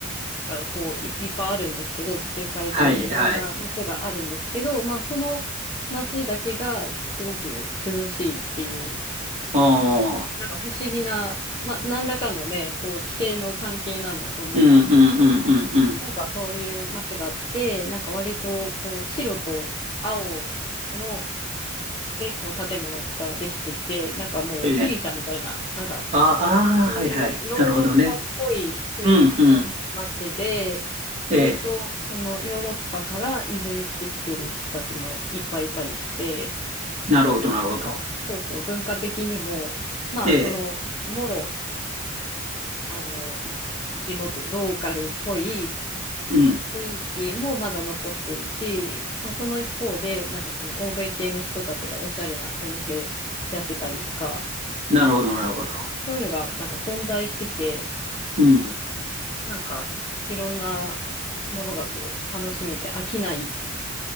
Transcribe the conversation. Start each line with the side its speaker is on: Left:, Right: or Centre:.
Left: がこうい、いっぱいあるんですけど、地中海沿いにいろんな街があるんですけど、
Right: はいはい。
Left: まあその街だけがす、すごく涼しいっていう、
Right: おー
Left: なんか不思議な、まあ何らかのね、こう地形の関係なんだと思うんですけど、
Right: うんうんうんうんうん。
Left: なんかそういう街があって、なんか割とこう白と青のでこう建物とかできてて、なんかもうギリシャみたいな、
Right: ええ
Left: なんか
Right: ああー、
Left: そういうヨーロッパっぽい雰囲気の街で、
Right: はいはい。なるほどね。うん、うん。ええ。
Left: 割とそのヨーロッパから移住してきてる人たちもいっぱいいたりして、
Right: なるほど、なるほど。
Left: なんかそうそう文化的にも、まあそのもろ、
Right: ええ。
Left: あの、地元、ローカルっぽい、
Right: うん。
Left: 雰囲気もまだ残ってるし、まあ、その一方で、なんかその欧米系の人たちがおしゃれなお店やってたりとか、
Right: なるほど、なるほど。
Left: そういうのがなんか混在してて、
Right: うん。
Left: なんかいろんなものがこう楽しめて飽きない